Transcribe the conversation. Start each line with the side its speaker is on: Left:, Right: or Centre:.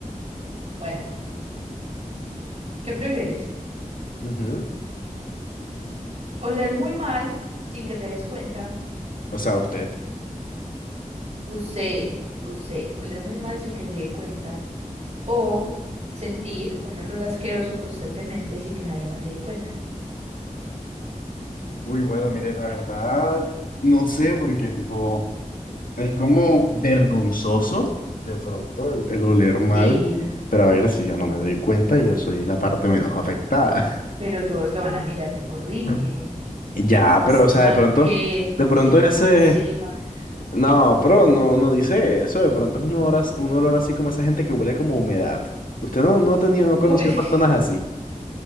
Right: Bueno, ¿qué prefieres?
Left: Ujú.
Right: Oler muy mal sin que te des cuenta.
Left: O sea, usted.
Right: Usted, usted, oler muy mal sin que se dé cuenta. O sentir un olor asqueroso constantemente sin que nadie más se dé cuenta.
Left: Uy, bueno, mire, la verdad, no sé, porque tipo, es como vergonzoso de pronto el, el oler mal,
Right: Sí.
Left: pero a ver si yo no me doy cuenta, yo soy la parte menos afectada.
Right: Pero todos lo van a mirar horrible.
Left: <laughs> Ya,
Right: Tipo, este
Left: pero o sea,
Right: man
Left: de pronto,
Right: que
Left: de pronto
Right: se cagó
Left: ese,
Right: encima.
Left: No, pero no, no dice eso. De pronto es un olor, as- un olor así como esa gente que huele como a humedad. Usted no, no ha tenido, no ha conocido
Right: Uy,
Left: personas
Right: <laughs>
Left: así.